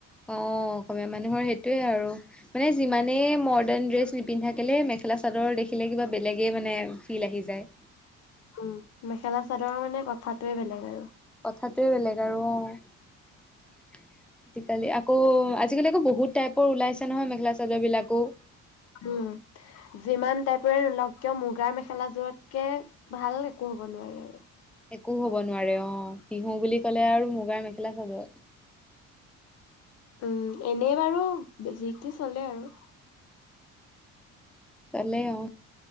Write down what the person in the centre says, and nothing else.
অ অসমীয়া মানুহৰ সেইটোয়ে আৰু। মানে যিমানে মৰ্ডাৰ্ণ ড্ৰেছ নিপিন্ধ থাকিলে মেখেলা চাদৰ দেখিলে কিবা বেলেগে মানে ফিল আহি যায়।
কথাটোোৱে বেলেগ আৰু অ আজিকালি আকৌ আজিকালি আকৌ বহুত টাইপৰ ওলাইছে নহয় মেখেলা চাদৰ বিলাকো
একো হ'ব নোৱাৰে অ বিহু বুলি কলে আৰু মুগাৰ মেখেলা চাদৰ।
চলে অ